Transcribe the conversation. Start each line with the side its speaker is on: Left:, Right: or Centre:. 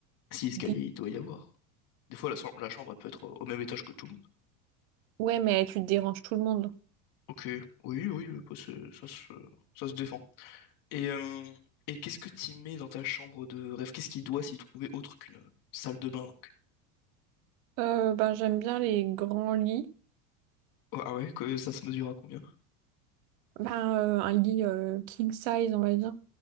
Left: Si escalier,
Right: des...
Left: il doit y avoir. Des fois, la, so- la chambre, elle peut être au au même étage que tout le monde.
Right: Ouais, mais tu te déranges tout le monde.
Left: Ok, oui, oui, euh, bah, c'est- ça se, ça se défend. Et, euh, et qu'est-ce que t'y mets dans ta chambre de rêve? Qu'est-ce qui doit s'y trouver autre qu'une euh, salle de bain, donc?
Right: Euh, ben, j'aime bien les grands lits.
Left: Oh, ah ouais, que ça se mesure à combien?
Right: Ben, euh, un lit euh, king size, on va dire.